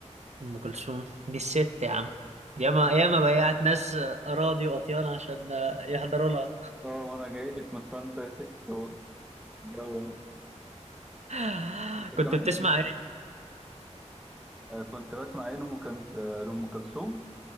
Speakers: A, on the right; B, in the centre.
A: ام كلثوم دي الست يا عم ياما ياما بيعت ناس اراضي واطيان عشان آه، يحضروا لها
B: أه أنا جاي لك من طنطا يا ست و- جو
A: آه.
B: أنت
A: <laughs>
B: كمان
A: كنت بتسمع ايه
B: آه، كنت بسمع إيه لأم كل- آه، لأم كلثوم؟